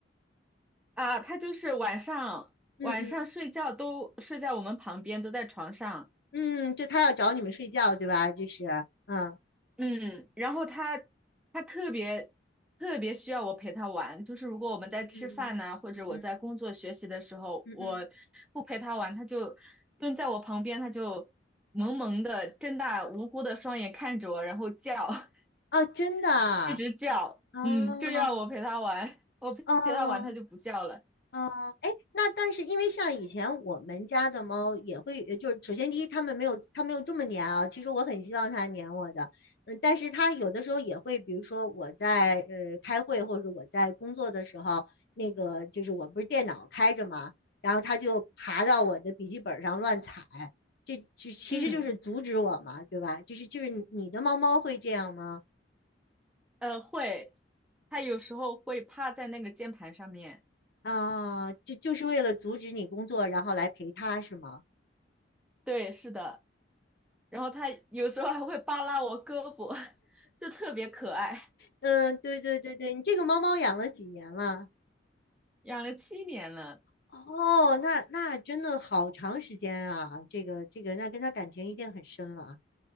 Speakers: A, in the centre; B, on the left.
A: 啊，他就是晚上晚上睡觉都睡在我们旁边，
B: 嗯嗯
A: 都在床上。
B: 嗯，就它要找你们睡觉，对吧？就是嗯
A: 嗯，然后他他特别特别需要我陪他玩，就是如果我们在吃饭呐、
B: 嗯嗯嗯嗯
A: 或者我在工作学习的时候，
B: 嗯嗯嗯，
A: 我不陪他玩，他就蹲在我旁边，他就萌萌的睁大无辜的双眼看着我，然后叫，
B: 哦，真的啊。
A: <laughs> 一直叫，
B: 哦
A: 嗯，就要我陪他玩，我陪他玩他就不叫了，
B: 哦，哦，哎，那但是因为像以前我们家的猫也会，呃就是首先第一，它们没有它没有这么粘啊。其实我很希望它粘我的，嗯，但是它有的时候也会，比如说我在呃开会或者我在工作的时候，那个就是我不是电脑开着嘛，然后它就爬到我的笔记本上乱踩，这就其实就是阻止我嘛，
A: 嗯。
B: 对吧？就是就是你你的猫猫会这样吗？
A: 呃，会，他有时候会趴在那个键盘上面，
B: 啊，就就是为了阻止你工作，然后来陪它是吗？
A: 对，是的，然后他有时候还会扒拉我胳膊，<laughs> 就特别可爱。
B: 嗯，对对对对，你这个猫猫养了几年了？
A: 养了七年了，
B: 哦，那那真的好长时间啊，这个这个，那跟它感情一定很深了。